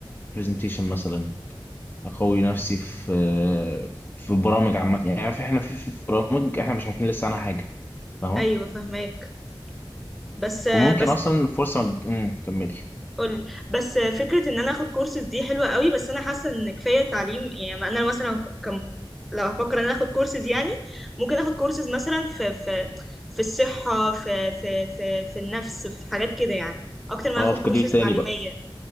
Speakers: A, on the left; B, in the centre.
A: برزنتيشن مثلا اقوي نفسي في في برامج عامه يعني عارف احنا في في برامج احنا مش عارفين لسه عنها حاجه فاهمه
B: ايوه فهماك بس
A: وممكن
B: بس
A: اصلا فرصه مج... امم كملي
B: قولي بس فكرة ان انا اخد كورسز دي حلوة قوي بس انا حاسة ان كفاية تعليم يعني ما انا مثلا كم لو هفكر ان انا اخد كورسز يعني ممكن اخد كورسز مثلا في في في الصحة في في في في النفس في حاجات كده يعني اكتر ما
A: اه
B: اخد
A: في
B: كورسز
A: كارير تاني
B: تعليمية
A: بقى